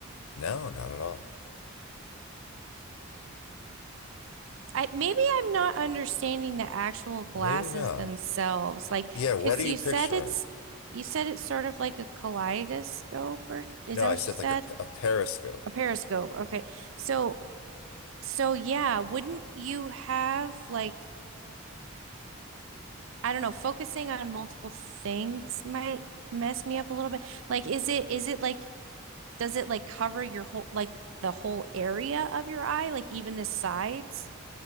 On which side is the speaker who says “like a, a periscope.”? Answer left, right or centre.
Left